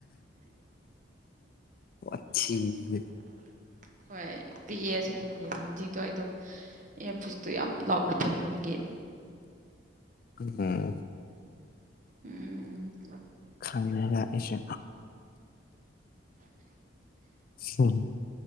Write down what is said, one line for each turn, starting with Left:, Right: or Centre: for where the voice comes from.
Left: ꯋꯥꯊꯤꯗꯤ
Right: <inaudible> ꯍꯣꯏ ꯄꯤꯛꯑꯦ ꯑꯁꯦꯡꯕꯗꯤ ꯍꯧꯖꯤꯛꯇꯣ ꯑꯩꯗꯣ ꯑꯦ ꯄꯨꯁꯇꯣ ꯌꯥꯝ ꯂꯥꯎꯅ ꯊꯃꯕꯨꯒꯤ ꯌꯦ
Left: ꯍꯝ
Right: ꯎꯝ
Left: ꯈꯪꯅ ꯑꯦꯁꯦ ꯍꯝ